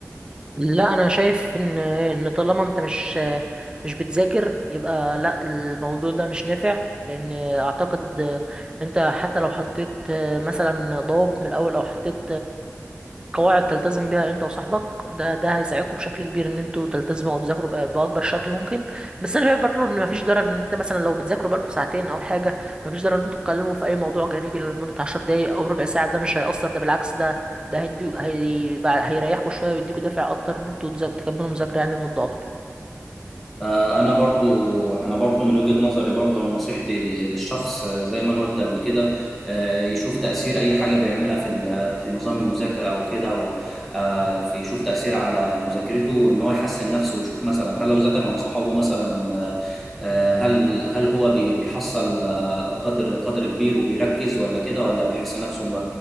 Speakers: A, on the right; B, in the centre.
A: لا انا شايف ان ان طالما انت مش مش بتذاكر يبقى لا الموضوع ده مش نافع لان اعتقد انت حتى لو حطيت مثلا ضوابط من الاول او حطيت قواعد تلتزم بيها انت وصاحبك ده ده هيساعدكم بشكل كبير ان انتوا تلتزموا او تذاكروا بأ- باكبر شكل ممكن بس انا شايف برضه ان مفيش ضرر ان انت مثلا لو بتذاكروا بقالكم ساعتين او حاجه مفيش ضرر ان انتوا تتكلموا في اي موضوع جانبي لمده 10 دقايق او ربع ساعه ده مش هيأثر ده بالعكس ده ده هيدي هي... هيريحكم شويه ويديكوا دافع اكتر ان انتوا تذا- تكملوا مذاكره يعني لمده اطول
B: آه، انا برضو انا برضو من وجهة نظري برضو او نصيحتي ل- للشخص آه، زي ما انا قلت قبل كده آه، يشوف تاثير اي حاجه بيعملها في ال- في نظام المذاكره او كده او آه، في يشوف تاثيرها على مذاكرته ان هو يحسن نفسه ويشوف مثلا هل لو ذاكر مع اصحابه مثلا آه، آه، هل هل هو بي- بيحصل آه، قدر قدر كبير وبيركز ولا كده ولا بيحس نفسه